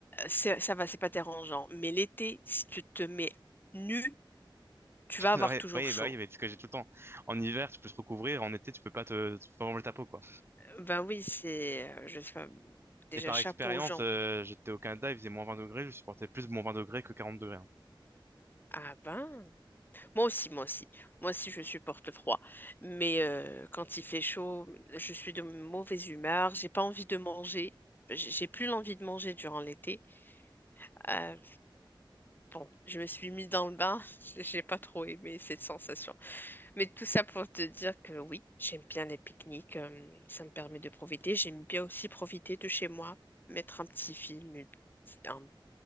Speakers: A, on the left; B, on the right.
A: c'est- ça va, c'est pas dérangeant. Mais l'été, si tu te mets nu, tu
B: <laughs>
A: vas
B: Ouais,
A: avoir toujours
B: oui,
A: chaud.
B: bah oui, mais c'est ce que j'ai tout le temps. En hiver, tu peux te recouvrir, en été, tu peux pas te, tu peux pas manger ta peau, quoi.
A: Ben oui, c'est, euh, je sais pas, déjà
B: Et par
A: chapeau
B: expérience,
A: aux gens.
B: euh, j'étais au Canada, il faisait moins 20 degrés, je supportais plus moins 20 degrés que 40 degrés. hein.
A: Ah ben, moi aussi, moi aussi. Moi aussi, je supporte le froid. Mais euh, quand il fait chaud, je suis de mauvaise humeur, j'ai pas envie de manger. J'ai j'ai plus l'envie de manger durant l'été. Euh, bon, je me suis mis dans le bain, <laughs> j'ai pas trop aimé cette sensation. Mais tout ça pour te dire que oui, j'aime bien les pique-niques, euh, ça me permet de profiter. J'aime bien aussi profiter de chez moi, mettre un petit film, une petite- un-